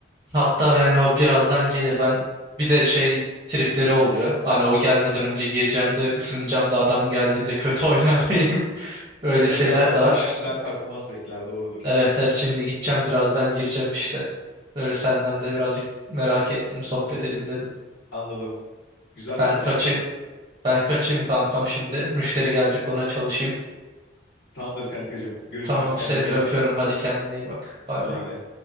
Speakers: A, on the right; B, on the left.
A: Hatta yani o birazdan gelir. Ben bir de şey tripleri oluyor. Hani o gelmeden önce gireceğim de ısınacağım da adam geldiğinde kötü <laughs> oynamayayım. Öyle
B: E tabii
A: şeyler
B: adam
A: de
B: senden
A: var.
B: güzel performans bekler doğrudur.
A: Evet evet şimdi gideceğim birazdan gireceğim işte. Böyle senden de birazcık merak ettim sohbet edeyim dedim.
B: Anladım. Güzel sohbeti.
A: Ben kaçayım. Ben kaçayım kankam şimdi. Müşteri gelecek ona çalışayım.
B: Tamamdır kankacığım. Görüşürüz.
A: Tamam
B: Kendine
A: seni
B: iyi
A: öpüyorum.
B: bak.
A: Hadi kendine iyi bak. Bay
B: Güle
A: bay.
B: güle.